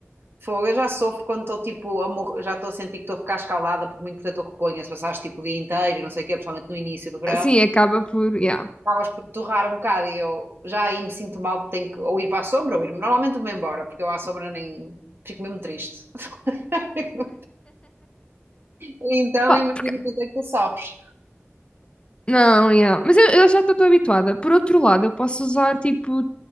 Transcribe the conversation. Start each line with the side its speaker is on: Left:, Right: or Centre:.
Right: Fogo, eu já sofro quando estou tipo, a morrer- já estou a sentir que estou a ficar escalada por muito protetor que ponha, se passares tipo o dia inteiro, e não sei o quê, principalmente no início do verão.
Left: Assim acaba por, já.
Right: acabas por torrar um bocado e eu já aí me sinto mal porque tenho que ou ir para a sombra ou ir-me. Normalmente vou-me embora, porque eu à sombra nem fico mesmo triste. <laughs> Então
Left: Pá,
Right: nem imagino
Left: porque-
Right: quanto é que tu sofres.
Left: não, já. Mas eu, eu já estou habituada. Por outro lado, eu posso usar tipo